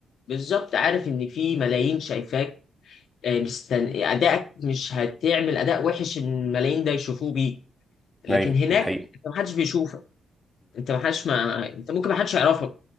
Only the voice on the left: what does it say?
بالظبط عارف ان في ملايين شايفاك آه، مستن... ادائك مش هتعمل اداء وحش إن الملايين ده يشوفوه بيه لكن
هناك
انت محدش بيشوفك انت محدش ما انت ممكن محدش يعرفك